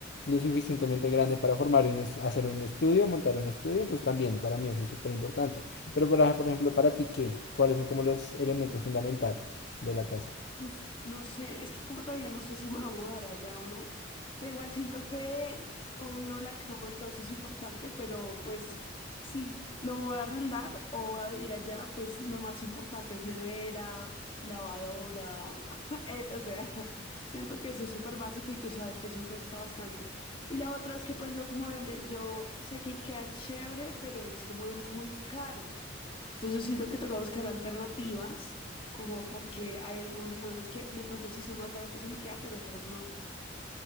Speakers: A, on the left; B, on the left.
A: lo suficientemente grande para formar un hacer un estudio, montar un estudio, entonces también para mí eso es súper importante. Pero para, por ejemplo, para ti, ¿qué? ¿Cuáles son como los elementos fundamentales de la casa?
B: Pues, no sé, es que como todavía no sé si me voy a mudar allá o no, pero igual siento que, obvio, la cama y todo eso es importante, pero pues si lo voy a arrendar o voy a vivir allá, pues lo más importante es nevera, lavadora, <laughs> eh, o sea, <laughs> siento que eso es súper básico y tú sabes que eso cuesta bastante. Y la otra es que pues los muebles, yo sé que queda chévere, pero he visto muebles muy caros, entonces siento que toca buscar alternativas como porque hay algunos muebles que de pronto sí son más baratos en IKEA, pero otros no.